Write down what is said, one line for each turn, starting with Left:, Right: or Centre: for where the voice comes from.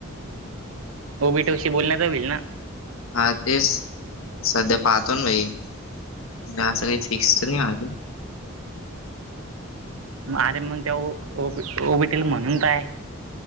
Right: ओबीटोशी बोलण्यातचा होईल ना.
Left: हा तेच सध्या पाहतो ना भाई. जा फिक्स नाही आजून.
Right: ग अरे मग त्या ओ ओ बी टी ल म्हणून पाय.